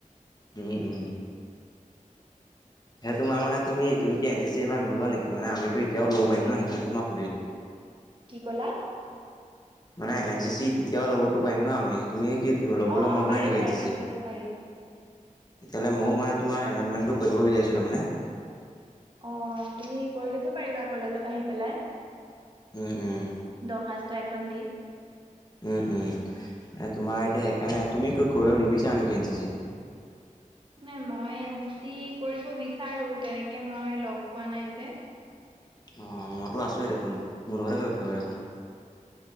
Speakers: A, on the left; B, on the right.
A: উম উম। হে তোমাৰ মানে তুমি এন চি চি এ নোলোৱা নেকি মানে আমি এতিয়াও লব পাৰিম ন সেইকাৰণে তোৰ
B: কি কলা?
A: মানে এন চি চি তেতিয়াও ল'বতো পাৰিম ন আমি তুমি কি ও লবলৈ
B: অ অ
A: মন
B: পাৰিম
A: নাই নেকি
B: পাৰিম
A: এন চি চি?
B: আমি ল'ব পাৰিম
A: তেতিয়াহলে মও মই তোমাৰ এনৰলমেনটো কৰিব বিছাৰিছিলো মানে।
B: অঁ তুমি কৰি ল'ব পাৰিবা কলেজত আহি পেলাই।
A: উম, উম।
B: দৰখাস্ত এখন দি।
A: উম উম। তোমাৰ এতিয়া সেকাৰণে তুমি কি কৰিব নিবিচাৰা নেকি এন চি চি?
B: নাই মই এন চি চি কৰিব বিচাৰো, তেনেকে মই লগ পোৱা নাই যে।
A: অঁ মইতো আছোৱেই দেখোন মোৰ লগতে কৰিব পাইবা দেখোন।